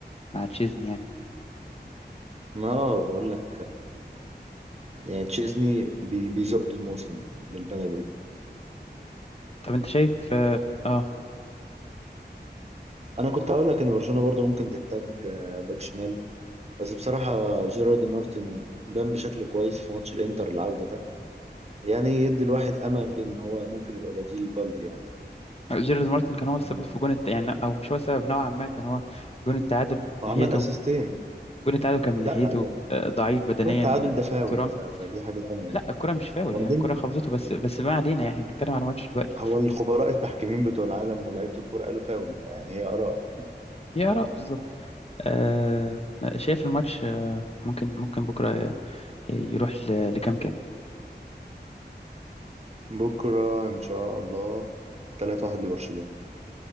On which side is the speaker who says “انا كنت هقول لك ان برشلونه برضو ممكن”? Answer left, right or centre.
Right